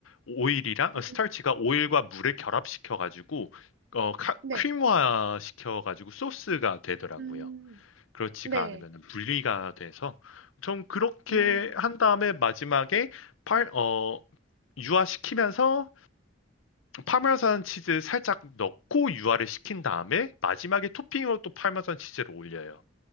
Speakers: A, on the left; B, on the right.
A: 오일이랑
B: 음,
A: 어, 스타치가 오일과 물을 결합시켜 가지고 어 카-
B: 네.
A: 크림화 시켜 가지고 소스가 되더라고요.
B: 음,
A: 그렇지가
B: 네.
A: 않으면 분리가 돼서 좀 그렇게
B: 음, 음,
A: 한 다음에 마지막에 팔 어 유화시키면서 파마산 치즈 살짝 넣고 유화를 시킨 다음에 마지막에 토핑으로 또 파마산 치즈를 올려요.